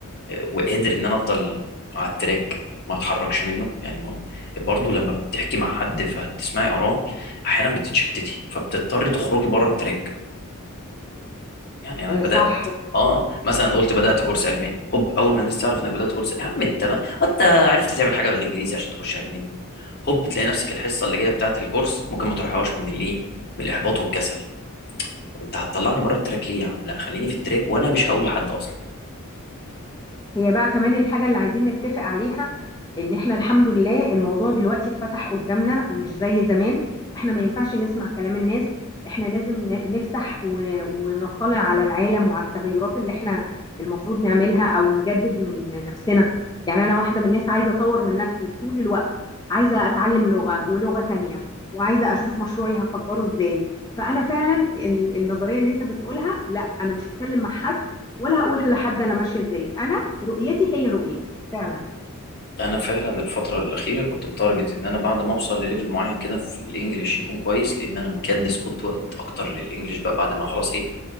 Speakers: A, on the left; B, on the left.
A: وقادر ان انا افضل على التراك ما اتحركش منه يعني ما... برضه لما بتحكي مع حد فتسمعي اراء احيانا بتتشتتي فبتضطري تخرجي بره التراك يعني انا
B: آه،
A: بدات
B: صح
A: اه مثلا قلت بدات كورس الماني هوب اول ما الناس تعرف انك بدات كورس يا عم انت ما انت عرفت تعمل حاجه بالانجليزي عشان تخش الماني هوب تلاقي نفسك الحصه اللي جايه بتاعه الكورس ممكن ما تروحهاش من الايه من الاحباط والكسل طب انت هتطلعني بره التراك ليه يا عم لا خليني في التراك وانا مش هقول لحد اصلا
B: هي بقى كمان الحاجة اللي عايزين نتفق عليها ان احنا الحمد لله الموضوع دلوقتي اتفتح قدامنا مش زي زمان فاحنا ما ينفعش نسمع كلام الناس احنا لازم ن- نفتح و- ونطلع على العالم وعلى التغيرات اللي احنا المفروض نعملها او نجدد من نفسنا يعني انا واحدة من الناس عايزة اطور من نفسي طول الوقت عايزة اتعلم لغة ولغة تانية وعايزة اشوف مشروعي هكبره ازاي فانا فعلا ال- النظرية اللي انت بتقولها لا انا مش هتكلم مع حد ولا هقول لحد انا ماشيه ازاي انا رؤيتي هي رؤيتي فعلا
A: انا فعلا الفتره الاخيره كنت متارجت ان انا بعد ما اوصل لليفل معين كده في الانجليش يكون كويس لان انا مكدس كنت وقت اكتر للانجليش بقى بعد ما خلاص ايه